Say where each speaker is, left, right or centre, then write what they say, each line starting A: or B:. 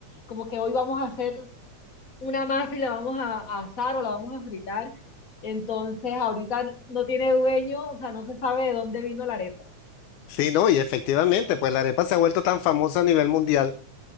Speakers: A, on the left; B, on the left.
A: como que hoy vamos a hacer una masa y la vamos a, a asar o la vamos a fritar. Entonces, ahorita no tiene dueño, o sea, no se sabe de dónde vino la arepa.
B: Sí, no, y efectivamente, pues la arepa se ha vuelto tan famosa a nivel mundial.